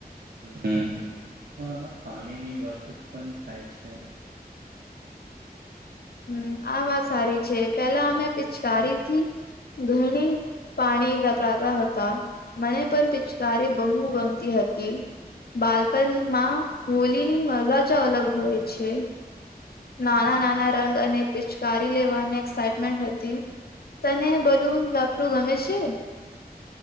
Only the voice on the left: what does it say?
હમ આ વાત સારી છે પેલા અમે પિચકારીથી ઘણી પાણી વપરાતા હતા મને પણ પિચકારી બહુ ગમતી હતી બાળપણમાં હોલીની મજાજ અલગ હોય છે નાના નાના રંગ અને પિચકારી લેવાની એક્સાઈટમેન્ટ હતી તને બલૂન વાપરું ગમે છે